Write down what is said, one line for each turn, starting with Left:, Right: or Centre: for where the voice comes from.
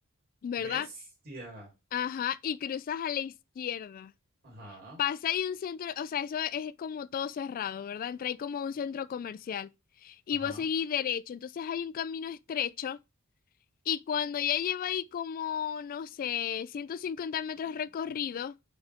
Left: ¿verdad?
Right: Bestia.
Left: Ajá, y cruzas a la izquierda.
Right: Ajá,
Left: Pasa ahí un centro, o sea, eso es como todo cerrado, ¿verdad? Entra ahí como a un centro comercial. Y
Right: ajá,
Left: vos seguís derecho. Entonces hay un camino estrecho. Y cuando ya lleva ahí como, no sé, 150 metros recorridos